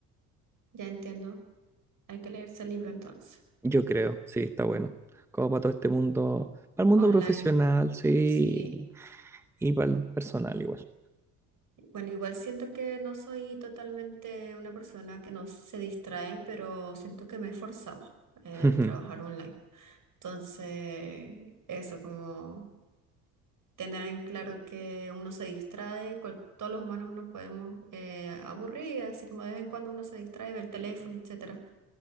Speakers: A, on the right; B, in the centre.
A: Ya entiendo. Hay que leerse el libro entonces.
B: Yo creo, sí, está bueno. Como para todo este mundo, para el mundo
A: Online,
B: profesional, sí,
A: sí.
B: y para el personal igual.
A: Bueno, igual siento que no soy totalmente una persona que no se distrae, pero siento que me he esforzado en
B: Ujú.
A: trabajar online. Entonces, eso como tener en claro que uno se distrae, cual- todos los humanos nos podemos eh, aburrir, así como de vez en cuando uno se distrae, ve el teléfono, etcétera.